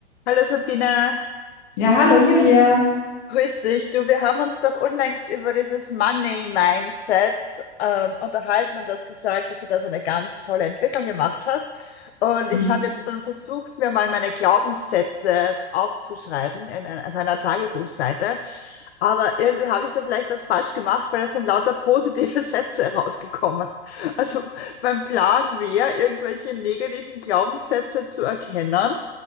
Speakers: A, on the left; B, on the left.
A: Hallo Sabine,
B: Ja, hallo Julia.
A: grüß dich. Du, wir haben uns doch unlängst über dieses Money Mindset äh, unterhalten und du hast gesagt, dass du da so eine ganz tolle Entwicklung gemacht hast. Und
B: Mhm.
A: ich habe jetzt dann versucht, mir mal meine Glaubenssätze aufzuschreiben in, ein- auf einer Tagebuchseite. Aber irgendwie habe ich da vielleicht was falsch gemacht, weil es sind lauter positive <laughs> Sätze rausgekommen. Also mein Plan wäre, irgendwelche negativen Glaubenssätze zu erkennen